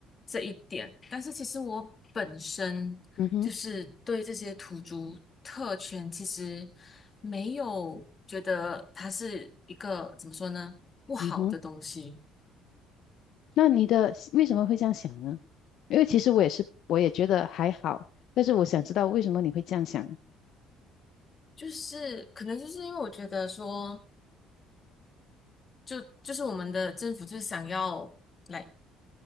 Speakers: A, on the left; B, on the left.
A: 这一点，但是其实我本身就是对这些土著特权其实没有觉得它是一个怎么说呢不好的东西，
B: 嗯哼，嗯哼，那你的为什么会这样想呢？因为其实我也是，我也觉得还好，但是我想知道为什么你会这样想。
A: 就是可能就是因为我觉得说，就就是我们的政府就是想要。来。